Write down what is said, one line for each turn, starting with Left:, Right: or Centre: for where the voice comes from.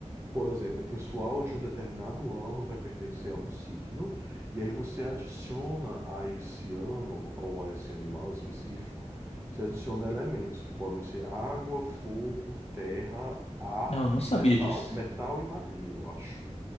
Right: Por exemplo, o pessoal de um determinado ano vai pertencer a um signo, e aí você adiciona a esse ano ou a esse animal específico, você adiciona elementos que podem ser água, fogo, terra, ar
Left: Não, eu não
Right: e
Left: sabia
Right: metal.
Left: disso.
Right: Metal e madeira, eu acho.